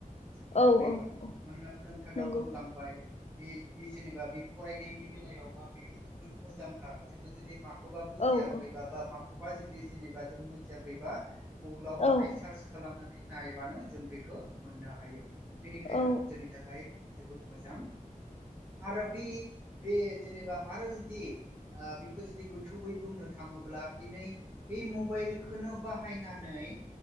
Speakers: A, on the right; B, on the left.
A: जोंनि
B: औ
A: थाखायबा
B: औ औ
A: मानोना नोंथाङा
B: नंगौ
A: बुंलांबाय। बे बे जेनेबा बे फरायनायनि बेलायावबा बेयो जोबोद मोजांखा जोङो जुदि माख। माखौबा बुजियाखैबा
B: औ औ
A: बा माखौबा जुदि जेनेबा जों मिथियाखैबा। गुगोलाव माहाय
B: औ
A: सार्च खालामनानै नायबानो जों बेखौ मोननो हायो। बेनिखायनो
B: औ
A: जोंनि थाखाय जोबोद मोजां आरो बे। बे जेनेबा आरो जुदि ओ बेखौ जुदि गोथौयै बुंनो थाङोब्ला दिनै। बे मबाइलखो बाहायनानै